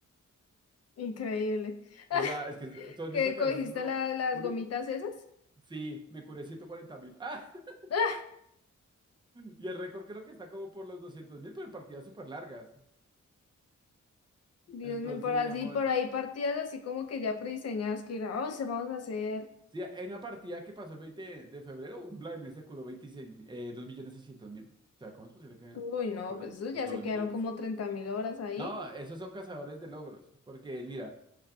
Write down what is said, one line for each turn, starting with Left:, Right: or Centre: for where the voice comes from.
Left: Increíble. <laughs>
Right: O sea, es que tú has
Left: que
Right: visto que
Left: cogiste
Right: a veces uno...
Left: la- las
Right: uno
Left: gomitas esas?
Right: sí, me curé ciento cuarenta mil. <laughs>
Left: <laughs>
Right: Y el récord creo que está como por los doscientos mil, pero en partidas súper largas.
Left: Dios
Right: Entonces,
Left: mío, por así,
Right: digamos...
Left: por ahí partidas así como que ya prediseñadas que era, oh, se vamos a hacer.
Right: Sí, en una partida que pasó el 20 de febrero, un Vladimir se curó 26 eh, 2 millones seiscientos mil. O sea, ¿cómo es posible que
Left: Uy, no,
Right: te cures
Left: pues eso ya
Right: dos
Left: se quedaron
Right: millones
Left: como treinta mil horas ahí.
Right: No, esos son cazadores de logros, porque mira,